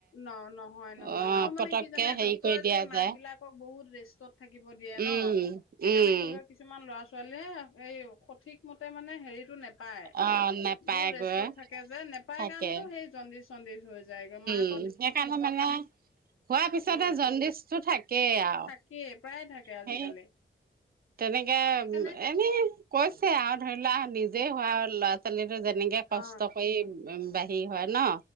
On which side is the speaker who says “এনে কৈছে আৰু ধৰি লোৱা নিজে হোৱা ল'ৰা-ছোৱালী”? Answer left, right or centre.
Right